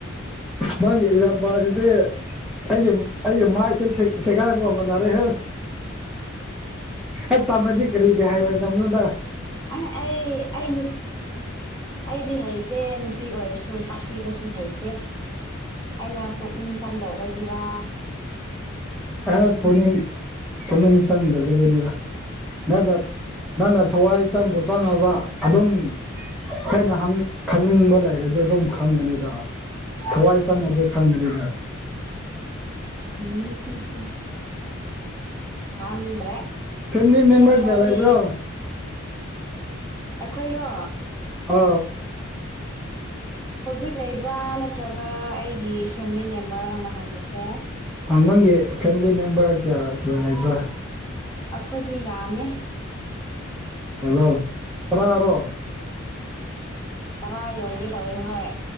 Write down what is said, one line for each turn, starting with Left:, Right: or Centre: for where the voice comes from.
Centre: ꯅꯪꯒꯤ ꯑꯦꯛꯖꯥꯝꯄꯥꯜꯁꯤꯗꯤ ꯑꯩꯒꯤ ꯑꯩꯒꯤ ꯃꯥꯏꯁꯦ ꯁꯦꯒꯥꯏꯕ ꯅꯔꯦꯍꯦ ꯑꯦ ꯇꯝꯃꯦꯗꯤ ꯀꯔꯤꯒꯦ ꯍꯥꯏꯔꯣꯏ ꯗꯝꯅꯣꯗ
Left: ꯑ ꯑꯩ ꯑꯩ ꯅꯨ ꯑꯩꯗꯤ ꯍꯩꯇꯦ ꯅꯨꯄꯤ ꯑꯣꯏꯔꯁꯨ ꯇꯥꯛꯄꯤꯔꯁꯨ ꯍꯩꯇꯦ ꯑꯩꯅ ꯄꯨꯛꯅꯤꯡ ꯆꯪꯗꯕꯒꯤꯔꯥ
Centre: ꯑ ꯄꯨꯅꯤꯡ ꯄꯨꯅꯤꯡ ꯆꯪꯗꯕꯒꯤꯅꯤꯗ ꯅꯪꯅ ꯅꯪꯅ ꯊꯋꯥꯏ ꯆꯪꯕꯨ ꯆꯪꯉꯕ ꯑꯗꯨꯝ ꯑꯩꯈꯣꯏꯅ ꯍꯪ ꯈꯪꯅꯤꯡꯕ ꯂꯩꯔꯗꯤ ꯑꯗꯨꯝ ꯈꯪꯒꯅꯤꯗ ꯊꯋꯥꯏ ꯆꯪꯉꯗꯤ ꯈꯪꯒꯅꯤꯗ
Left: ꯎꯝ ꯎꯝ ꯎꯝ ꯈꯪꯗ꯭ꯔꯦ
Centre: ꯐꯦꯃꯤꯂꯤ ꯃꯦꯝꯕꯔ
Left: ꯏꯌꯥꯝꯕꯗꯤ
Centre: ꯀꯌꯥ ꯂꯩꯕ꯭ꯔꯣ
Left: ꯑꯩꯈꯣꯏꯔꯣ
Centre: ꯑ
Left: ꯍꯧꯖꯤꯛ ꯂꯩꯕ꯭ꯔꯥ ꯅꯠꯇ꯭ꯔꯒ ꯑꯩꯒꯤ ꯐꯦꯃꯤꯂꯤ ꯃꯦꯝꯕꯔ ꯅꯪꯅ ꯍꯥꯡꯕꯁꯦ
Centre: ꯑꯥ ꯅꯪꯒꯤ ꯐꯦꯃꯤꯂꯤ ꯃꯦꯝꯕꯔ ꯀꯌꯥ ꯀꯌꯥ ꯂꯩꯕ꯭ꯔꯥ
Left: ꯑꯩꯈꯣꯏꯗꯤ ꯌꯥꯝꯃꯦ
Centre: <unintelligible> ꯇꯔꯥ ꯔꯣ
Left: ꯇꯔꯥ ꯌꯧꯒꯦ ꯇꯧꯋꯦ ꯍꯣꯏ